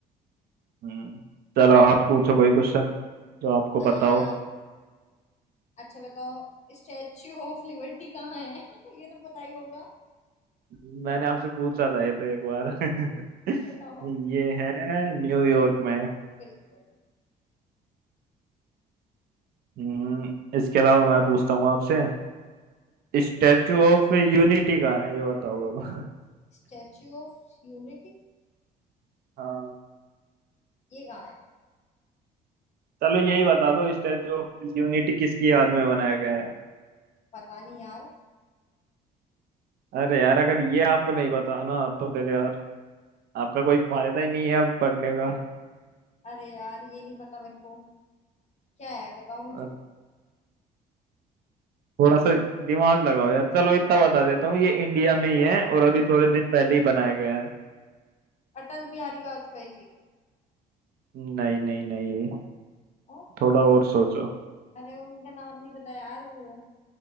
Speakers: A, on the right; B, on the left.
A: हम्म चलो आप पूछो कोई क्वेश्चन जो आपको
B: आ,
A: पता हो
B: अच्छा बताओ स्टैच्यू ऑफ लिबर्टी कहाँ है <laughs> ये तो पता ही होगा
A: मैंने आपसे पूछा था ये तो एक बार <laughs>
B: बताओ
A: ये है न्यूयॉर्क में
B: बिल्कुल
A: हम्म इसके अलावा
B: सही
A: मैं
B: जवाब
A: पूछता हूँ आपसे स्टैचू ऑफ यूनिटी कहाँ है ये बताओ अब
B: स्टैच्यू ऑफ यूनिटी
A: हाँ
B: ये कहाँ है
A: चलो यही बता दो स्टैचू ऑफ यूनिटी किसकी याद में बनाया गया है
B: पता नहीं यार
A: अरे यार अगर ये आपको नहीं पता ना तो फिर यार आपका कोई फायदा ही नहीं है अब पढ़ने का
B: अरे यार ये नहीं पता मेरे को क्या है बताओ
A: <laughs>
B: मुझे
A: और थोड़ा सा दिमाग लगाओ यार चलो इतना बता देता हूँ ये इंडिया में ही है और अभी थोड़े दिन पहले ही बनाया गया है
B: अटल बिहारी वाजपेयी जी
A: नहीं नहीं नहीं
B: और
A: थोड़ा और सोचो
B: अरे उनका नाम नहीं पता यार वो